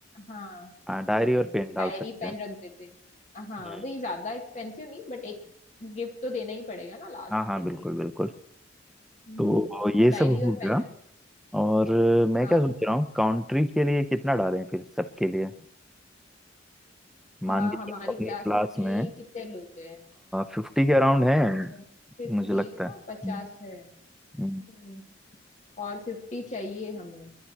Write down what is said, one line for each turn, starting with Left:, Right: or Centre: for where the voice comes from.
Left: हाँ
Centre: हाँ डायरी
Left: ठीक
Centre: और
Left: है
Centre: पेन डाल
Left: डायरी
Centre: सकते
Left: पेन
Centre: हैं
Left: रख देते हैं हाँ
Centre: हम्म
Left: वही ज्यादा एक्सपेंसिव नहीं बट एक गिफ्ट तो देना ही पड़ेगा ना लास्ट
Centre: हाँ हाँ
Left: के लिए
Centre: बिल्कुल बिल्कुल
Left: हम्म
Centre: तो
Left: तो
Centre: ये सब
Left: डायरी
Centre: हो
Left: और पेन
Centre: गया
Left: रख
Centre: और मैं
Left: हाँ
Centre: क्या सोच रहा हूँ काउंट्री के लिए कितना डालें फिर सबके लिए
Left: हाँ
Centre: मान के
Left: हमारी
Centre: चलो अपनी
Left: क्लास
Centre: क्लास
Left: में
Centre: में
Left: कितने लोग हैं
Centre: फिफ्टी के अराउंड है
Left: पचास फिफ्टी
Centre: मुझे लगता
Left: है
Centre: है
Left: ना
Centre: हम्म,
Left: पचास है हम्म
Centre: हम्म,
Left: और फिफ्टी चाहिए हमें